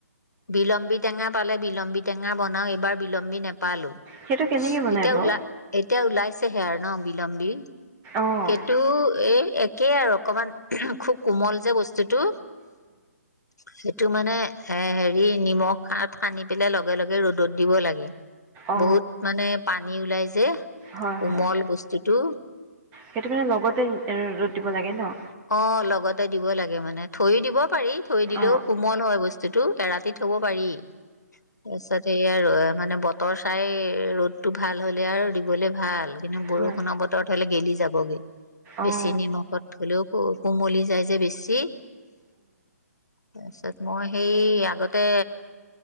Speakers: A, on the left; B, on the right.
A: বিলম্বী টেঙা পালে বিলম্বী টেঙা বনাও এইবাৰ বিলম্বী ন পালো
B: সেইটো কেনেকৈ বনাই
A: এতিয়া
B: বাৰু
A: ওল এতিয়া ওলাই ন বিলম্ব
B: অঁ
A: সেইটো এ একে আৰু অকমান খুব কোমল যে বস্তুটো সেইটো মানে। হ নিমখ সানি পেলাই লগে লগে ৰ'দত দিব লাগে
B: অঁ
A: বহুত মানে পানী ওলাই যে
B: হয়
A: কোমল
B: হয়
A: বস্তুতটো।
B: সেইটো কাৰনে লগতে এ দিব লাগে ন
A: অ লগতে দিব লাগে মানে থৈ দিব পাৰি থৈ দিলেও
B: অঁ
A: কোমল হয় বস্তুতটো এৰাতি থব পাৰি। তাৰপিছত সে আৰু এ মানে বতৰ চাই ৰ'দতটো ভাল হলে আৰু দিবলে ভাল কিন্তু বৰষুণৰ
B: হয়
A: বতৰত হলে গেলি যাবগে
B: অঁ
A: বেছি নিমখত থলেও। কোমলি যায় যে বেছি তাৰপিছত মই সেই আগতে